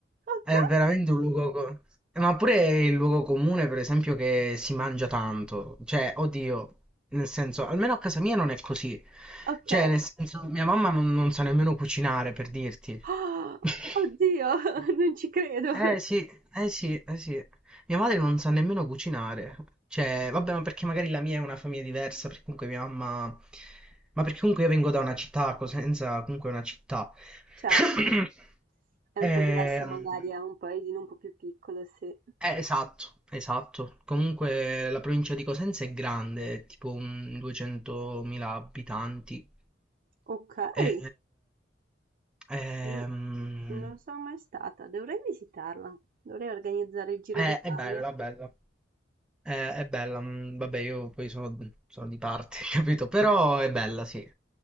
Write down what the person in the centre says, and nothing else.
È veramente un luogo... co- Ma pure è il luogo comune, per esempio, che si mangia tanto. Cioè, oddio, nel senso, almeno a casa mia non è così.
Cioè, nel senso, mia mamma non, non sa nemmeno cucinare, per dirti.
<laughs>
Eh sì, eh sì, eh sì. Mia madre non sa nemmeno cucinare, cioè, vabbè, ma perché magari la mia è una famiglia diversa, perché comunque mia mamma... Ma perché comunque io vengo da una città, Cosenza comunque è una città.
<clears throat> <coughs>
Ehm,
eh, esatto, esatto. Comunque la provincia di Cosenza è grande, è tipo un 200.000 abitanti.
Eh, ehm,
eh,
è, è bella, bella. Eh, è bella, mm, vabbè, io poi sono, sono di parte, <laughs> capito? Però è bella, sì,